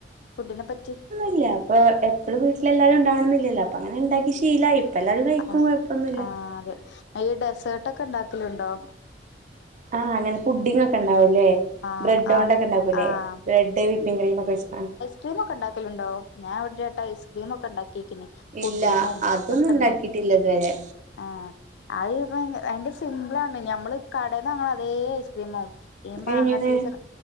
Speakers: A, on the left; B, on the right.
A: ഫുഡിനെ പറ്റി
B: ഇല്ല അപ്പൊ എപ്പളും വീട്ടില് എല്ലാരും ഉണ്ടാവണന്നില്ലല്ലോ അപ്പൊ അങ്ങനെ ഇണ്ടാക്കി ശീലായി ഇപ്പ എല്ലാരും കഴിക്കും
A: ആഹ്‌
B: കുഴപ്പൊന്നുല്ല
A: ആഹ്‌ അത് ഈ ഡെസേർട്ട് ഒക്കെ ഇണ്ടാക്കലുണ്ടോ
B: ആഹ് അങ്ങനെ പുഡിങ്ങ് ഉണ്ടാവുല്ലേ
A: ആഹ്
B: ബ്രെഡ്ഡോക്കെ
A: ആഹ്
B: ഇണ്ടാക്കൂലെ
A: ആഹ്
B: ബ്രെഡ് വിപ്പിംഗ് ക്രീം ഒക്കെവെച്ച്
A: ക്രീമ് ഒക്കെ ഇണ്ടാക്കലുണ്ടോ ഞാന് ഇവിടൊര്ട്ടം ഐസ്ക്രീം ഒക്കെ ഇണ്ടാക്കി പുഡിങ്ങും
B: ഇല്ല അതൊന്നും
A: ഒക്കെ
B: ഉണ്ടാക്കിട്ടില്ല
A: ഇണ്ടാക്കി
B: ഇതുവരെ
A: ആഹ് അത് ഭയങ്കര സിമ്പിളാണ് ഞമ്മള് കടേന്ന് വാങ്ങ്ണ അതേ ഐസ്ക്രീം ആകും ഈ മാങ്ങ
B: എങ്ങനെ
A: സീസൺ